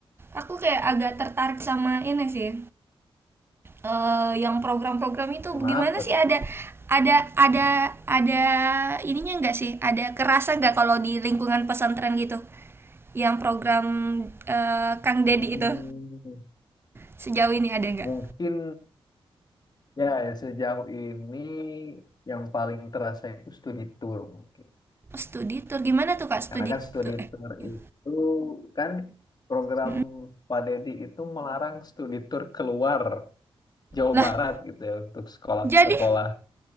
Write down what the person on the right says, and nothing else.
aku kayak agak tertarik sama ini sih eh, yang program-program itu
gimana
sih
ada ada ada ada ininya nggak sih ada kerasa nggak kalau di lingkungan pesantren gitu yang program eh, Kang deddy
itu sejauh ini ada nggak
studi tour gimana tuh kak
studi
tour eh
iya.
Mm-mm,
lah
jadi